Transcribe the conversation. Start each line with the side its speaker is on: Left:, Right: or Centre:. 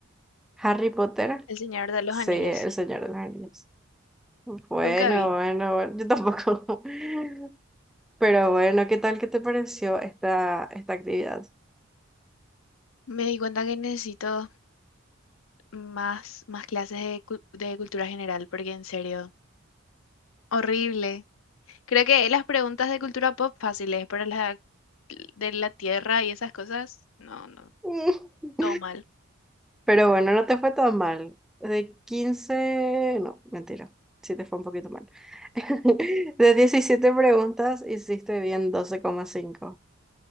Centre: ¿Harry Potter?
Left: El Señor de los
Centre: Sí,
Left: Anillos.
Centre: El Señor de los Anillos. Bueno,
Left: Nunca vi.
Centre: bueno, bueno, yo tampoco. <laughs> Pero bueno, ¿qué tal que te pareció esta, esta actividad?
Left: Me di cuenta que necesito más, más clases de, cul- de cultura general, porque en serio, horrible. Creo que las preguntas de cultura pop fáciles, pero la de la tierra y esas cosas, no, no,
Centre: <laughs>
Left: todo mal.
Centre: Pero bueno, no te fue tan mal. De 15, no, mentira, sí te fue un poquito mal. <laughs> De 17 preguntas, hiciste bien doce coma cinco.